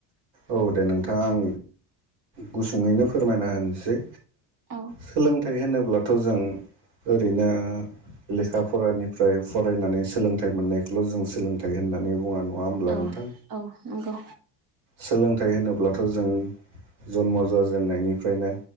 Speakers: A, on the right; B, on the right.
A: औ दे नोंथाङा आं गुसुङैनो फोरमायना होनोसै
B: औ
A: सोलोंथाइ होनोब्लाथ' जों ओरैनो लेखा फरानिफ्राय फरायनानै सोलोंथाइ मोननायखौल' जों सोलोंथाइ होन होननानै बुङा नङा होमब्ला
B: औ
A: नोंथां
B: औ नंगौ
A: सोलोंथाइ होनोब्लाथ' जों जन्म' जाजेननायनिफ्रायनो